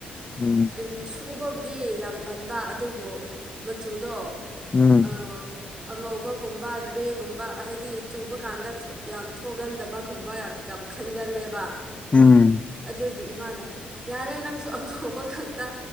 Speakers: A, on the left; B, on the right.
A: ꯎꯝ
B: ꯎꯝ ꯁꯨꯕꯕꯨꯗꯤ ꯌꯥꯝ ꯇꯟꯕ ꯑꯗꯨꯕꯨ ꯃꯆꯨꯗꯣ
A: ꯎꯝ
B: ꯑꯥ ꯑꯉꯧꯕꯒꯨꯝꯕ ꯒ꯭ꯔꯦꯒꯨꯝꯕ ꯍꯥꯏꯗꯤ ꯆꯨꯕ ꯀꯥꯟꯗ ꯊꫭꯛ ꯌꯥꯝ ꯊꫭꯛ ꯍꯣꯒꯟꯗꯕꯒꯨꯝꯕ ꯌꯥꯝ ꯈꯟꯒꯜꯂꯦꯕ
A: ꯎꯝ
B: ꯑꯗꯨꯒꯤ ꯏꯃꯥꯅ ꯌꯥꯔꯦ ꯅꯪꯁꯨ ꯑꯉꯧꯕ ꯈꯛꯇ